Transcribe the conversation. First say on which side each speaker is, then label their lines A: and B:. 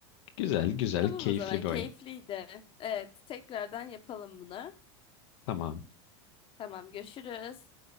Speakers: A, on the left (about 70°); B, on the left (about 35°).
A: Güzel güzel
B: Tamam
A: keyifli
B: o zaman
A: bir
B: keyifliydi.
A: oyun.
B: Evet, tekrardan yapalım bunu.
A: Tamam.
B: Tamam, görüşürüz.